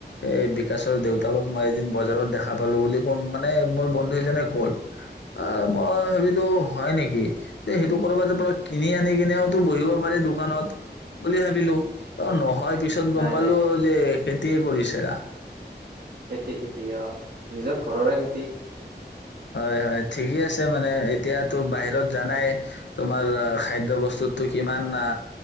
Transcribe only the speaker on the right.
নাই
নাই
খেতি খেতি, অ', নিজৰ ঘৰৰে খেতি।
উম